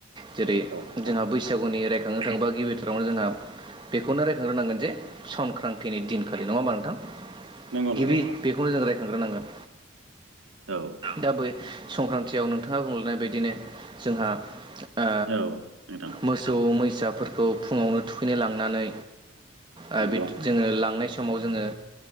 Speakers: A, on the right; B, on the right.
A: जेरै
B: औ नोंथां
A: जोंहा बैसागुनि रायखांनो थाङोबा गिबि थारावनो जोंहा बेखौनो रायखांग्रोनांगोन जे सं क्रांतिनि दिनखालि, नङा होमबा नोंथां?
B: नंगौ
A: गिबि
B: नंगौ नोंथां
A: बेखौनो जों रायखांग्रोनांगोन।
B: औ
A: दा बै संक्रान्तियाव नोंथाङा बुंलांनाय बायदिनो जोंहा ओ
B: औ नोंथां
A: मोसौ मैसाफोरखौ फुङावनो थुखैनो लांनानै ओ
B: नंगौ
A: बिद जोङो लांनाय समाव जोङो